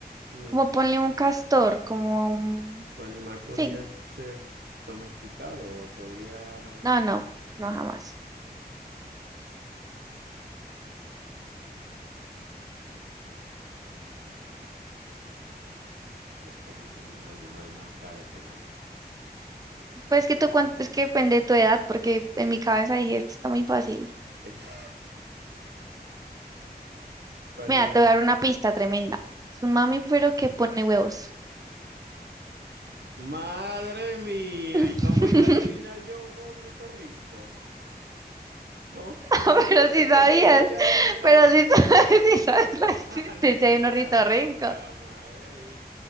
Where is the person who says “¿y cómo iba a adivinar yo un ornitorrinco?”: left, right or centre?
Right